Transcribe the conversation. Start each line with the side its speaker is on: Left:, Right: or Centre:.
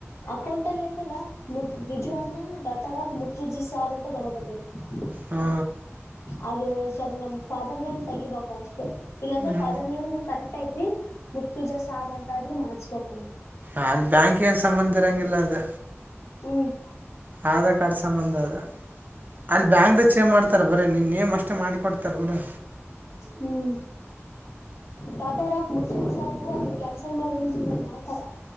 Left: ಅಕೌಂಟ್ ಅಲ್ಲಿ ಐತಲ್ಲ ರಿಜವಾನ ಡಾಟರ್ ಆಫ್ ಮುರ್ತುಜಿ ಸಾವ್ ಅಂತ ಬರಾಕತ್ತೈತಿ.
Right: ಹಾ
Left: ಅದು ಸ್ವಲ್ಪ್ ನಮ್ಮ್ ಫಾದರ್ನೇಮ್ ತಗಿಬೇಕು ಅಷ್ಟೇ. ಇಲ್ಲಾಂದ್ರೆ
Right: ಹ್ಞೂ
Left: ಫಾದರ್ ನೇಮ್ ಕರೆಕ್ಟ್ ಐತಿ ಮುತ್ತುಜ ಸಾಬ ಅಂತಾದ್ರು ಮಾಡ್ಸಬೇಕು <unintelligible>
Right: ಅಲ್ಲಿ ಬ್ಯಾಂಕಿಗ್ ಏನ್ ಸಂಬಂಧ ಇರಾಂಗಿಲ್ಲ ಅದ್.
Left: ಹ್ಮ್
Right: ಆಧಾರ್ ಕಾರ್ಡ್ ಸಂಬಂಧ ಅದ್. ಅಲ್ಲಿ ಬ್ಯಾಂಕ್ದಾಗ್ ಚೇಂಜ್ ಮಾಡ್ತಾರ ಬರೇ ನಿನ್ನ್ ನೇಮ್ ಅಷ್ಟೆ ಮಾಡಿ ಕೊಡ್ತಾರೆ ಬಿಡು.
Left: ಹ್ಮು ಟಾಟೋ ರಾಪ್ <unintelligible> ಸಾಬು ಅದು ಕ್ಯಾನ್ಸಲ್ ಮಾಡಿ ಅಂದ್ರಲ್ಲ ಮಾಡ್ತಾರಾ.